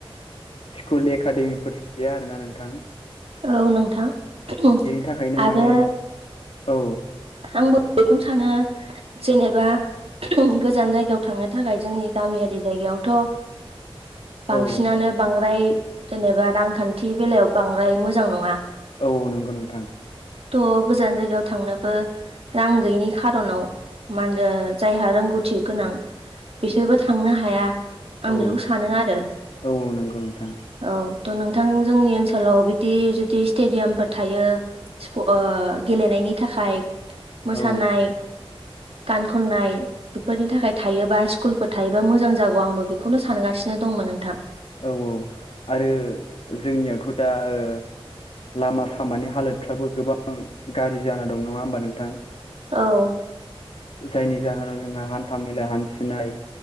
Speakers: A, on the left; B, on the right.
A: स्कुल एकाडेमिफोर गैया आरोना नोंथां।
B: औ नोंथां
A: बेनि थाखायनो
B: आरो
A: माने औ
B: आंबो बेखौनो सानो जेनेबा गोजान जायगायाव थांनो थाखाय जोंनि गामियारि जायगायावथ' बांसिनानो
A: औ
B: बांद्राय जेनेबा रांखान्थि बेलायाव बांद्राय मोजां नङा
A: औ औ नंगौ नोंथां।
B: थ' गोजान जायगायाव थांनोबो रां गैयिनि खार'नाव मान ओ जायहा रोंगौथि गोनां बिसोरबो थांनो हाया। आं
A: औ
B: बेखौ सानो आरो
A: औ नंगौ नोंथां
B: औ थ' नोंथां जोंनि ओनसो लाव बिदि जुदि स्टेडियामफोर थायो स्कु ओ गेलेनायनि थाखाय मोसानाय,
A: औ
B: गान खननाय बेफोरनि थाखाय थायोबा स्कुलफोर थायोबा मोजां जागौ आंबो बेखौनो सानगासि नो दंमोन नोंथां।
A: औ औ आरो जोंनियावथ' दा ओ लामा सामानि हालोदफ्राबो गोबां गाज्रि जाना दं नङा होमबा नोंथां
B: औ
A: जायनि जाहोनाव जोंहा हान्था मेला हान्थि नाय